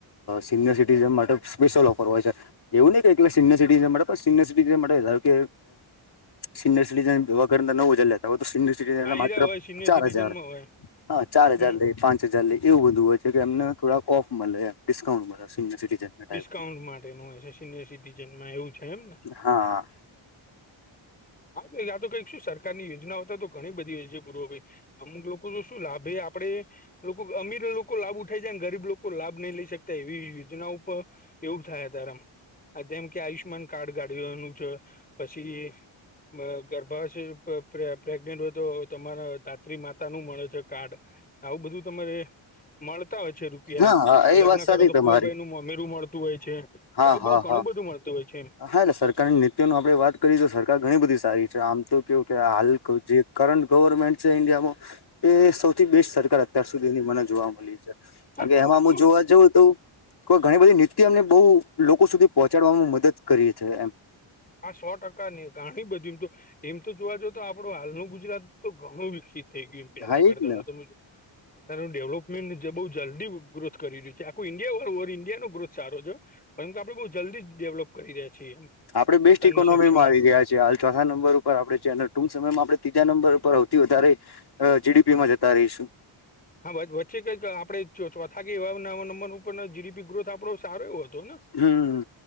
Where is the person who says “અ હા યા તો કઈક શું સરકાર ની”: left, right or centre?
Left